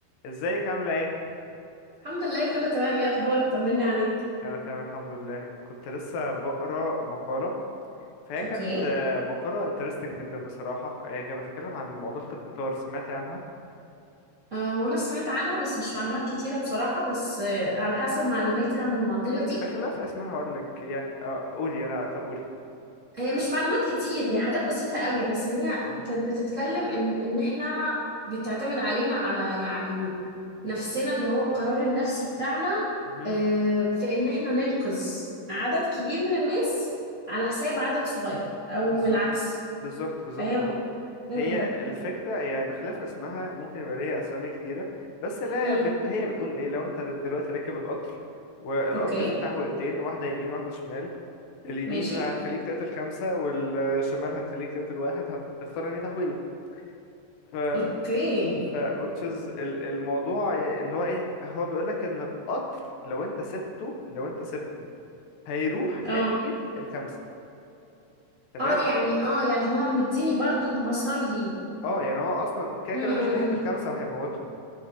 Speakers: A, on the left; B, on the right.
A: ازيك عاملة ايه؟
B: الحمد لله كله تمام ايه اخبارك طمني عليك
A: انا تمام الحمد لله كنت لسه بقرا مقالة فهي
B: اوكي
A: كانت آه، مقالة انترستنج جدا بصراحة آه، هي كانت بتتكلم عن معضلة القطار سمعتي عنها؟
B: أه وانا سمعت عنها بس مش معلومات كتيرة بصراحة بس أه على حسب معلوماتي عن المعضلة
A: آه،
B: دي
A: بخلاف اسمها هقولك يعني آه، قولي انا طب قولي
B: هي مش معلومات كتير هي حاجات بسيطة قوي بس هي
A: مهم.
B: كانت بتتكلم ان ان احنا بتعتمد علينا على يعني نفسنا اللي هو القرار النفسي بتاعنا
A: مهم.
B: أه في ان احنا ننقذ عدد كبير من الناس على حساب عدد صغير او
A: بالظبط
B: العكس
A: بالظبط بالظبط
B: فهي
A: بالظبط
B: م- م-
A: هي الفكرة يعني بخلاف اسمها ممكن يبقى ليها أسامي كتيرة بس لا
B: م-
A: بت...
B: م.
A: هي بتقول إيه لو أنت دلوقتي راكب القطر والقطر
B: اوكي
A: فيه تحولتين واحدة يمين واحدة شمال اليمين
B: ماشي
A: هتخليك تقتل خمسة والشمال هتخليك تقتل واحد هتختار انهي تحويلة ف
B: اوكي
A: ف which is ال- الموضوع يعني اللي هو ايه هو بيقولك ان القطر لو انت سبته لو انت سبته هيروح
B: اه
A: ناحية الخمسة تمام
B: اه يعني
A: يعني
B: اه يعني هو مديني برضو مسار ليه
A: اه يعني هو اصلا كده
B: م-
A: كده ماشي
B: م-
A: ناحية الخمسة
B: م.
A: وهيموتهم